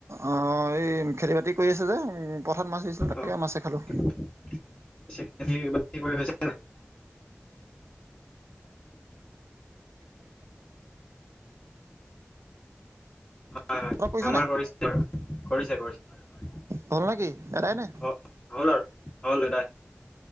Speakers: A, on the right; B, on the left.
A: আহ এই খেতি বাতি কৰি আছে যে উম। পথাৰত মাছ ধৰিছিলে তাকে
B: অঁ
A: মাছে খালোঁ।
B: কৰি হৈছে <unintelligible> হয়, হয়
A: তই কৰিছ
B: আমাৰ
A: নাই
B: কৰিছে আৰু কৰিছে, কৰিছে।
A: হ'ল নেকি এটাইনে।
B: অঁ হ'ল আৰু হ'ল দাদা